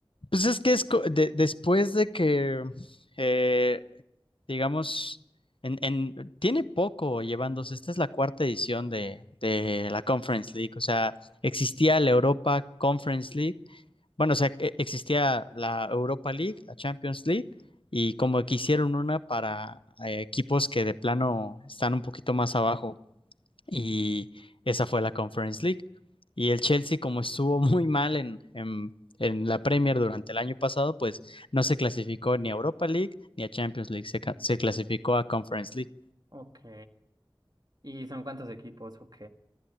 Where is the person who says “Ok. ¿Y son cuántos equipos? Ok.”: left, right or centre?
Right